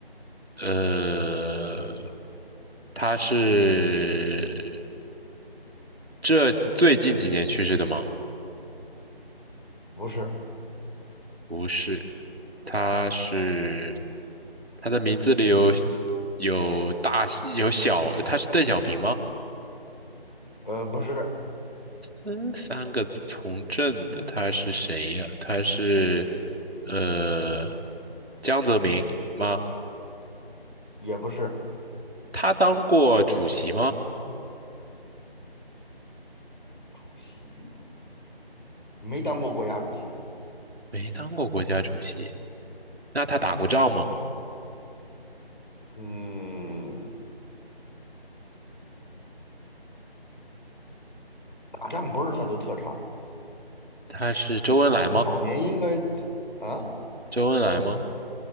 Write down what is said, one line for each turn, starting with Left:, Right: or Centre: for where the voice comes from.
Right: 呃，他是这最近几年去世的吗？
Left: 不是，
Right: 不是，他是他的名字里有有大有小，他是邓小平吗？
Left: 呃，不是，
Right: 嗯，三个字从政的，他是谁呀？他是呃江泽民吗？
Left: 也不是。
Right: 他当过主席吗？
Left: 主席没当过国家主席。
Right: 没当过国家主席。那他打过仗吗？
Left: 嗯嗯，打仗不是他的特长，
Right: 他是周恩来吗？
Left: 早年应该曾啊
Right: 周恩来吗？